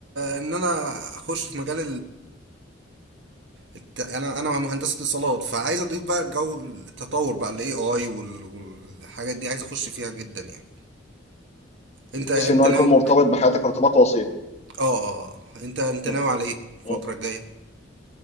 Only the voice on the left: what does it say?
بحيث
ان هو
يكون مرتبط بحياتك ارتباط وثيق
م.
م.